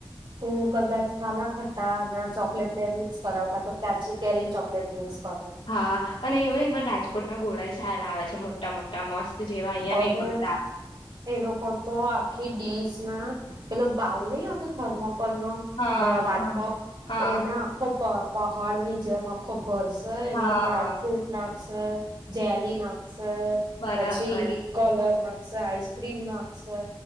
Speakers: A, on the right (about 65°); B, on the left (about 80°).
A: તું કદાચ કાલાખટ્ટા ને ચોકલેટ બે મિક્સ કરાવું કાતો તો કાચી કેરી ને ચોકલેટ મિક્સ કરાવ
B: હા અને એવું નઈ પણ રાજ કોટના ઘોડાય સારા આવે છે મોટા-મોટા મસ્ત. જેવા અહિયાં
A: અરે,
B: નહી મળતા.
A: એ લોકો તો આખી ડીશ ના પેલો બાઉલ નહીં આવતો થર્મોક્ કોલનો
B: હા
A: વાટકો
B: હા
A: એના આખો પ પહાડની જેમ આખો ભરસે એમાં
B: હા
A: ડ્રાયફ્રુટ નાખશે જેલિના શે
B: બરાબર
A: પછી કલર નાખશે, આઈસ્ક્રીમ નાખશે